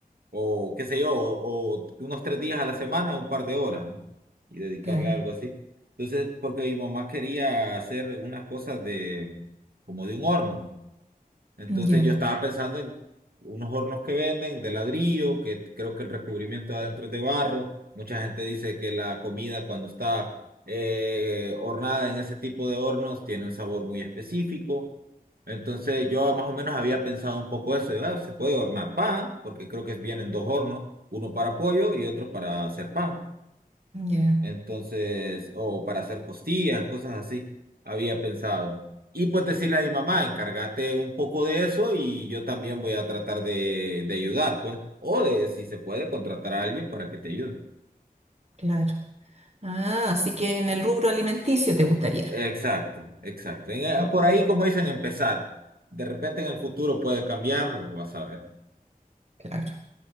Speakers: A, on the right (about 75°); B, on the right (about 45°).
A: O qué sé yo, o, o unos tres días a la semana, un par de horas, ¿no? Y dedicarle
B: Claro.
A: a algo así. Entonces, porque mi mamá quería hacer unas cosas de, como de un horno. Entonces
B: Ya,
A: yo estaba pensando en unos hornos que venden de ladrillo, que creo que el recubrimiento de adentro es de barro. Mucha gente dice que la comida cuando está eh, hornada en ese tipo de hornos tiene un sabor muy específico. Entonces yo más o menos había pensado un poco eso, de, "Ah, se puede hornar pan, porque creo que vienen dos hornos, uno para pollo y otro para hacer pan.
B: ya,
A: Entonces, o para hacer costillas, cosas así, había pensado. Y pues decirle a mi mamá, encárgate un poco de eso y yo también voy a tratar de, de ayudar, pues. O de, si se puede, contratar a alguien para que te ayude.
B: claro. Ah, así que en el rubro alimenticio te gustaría.
A: Exacto, exacto. En- eh,
B: Sí.
A: por ahí, como dicen, empezar. De repente en el futuro puede cambiar, o vas a ver.
B: Claro.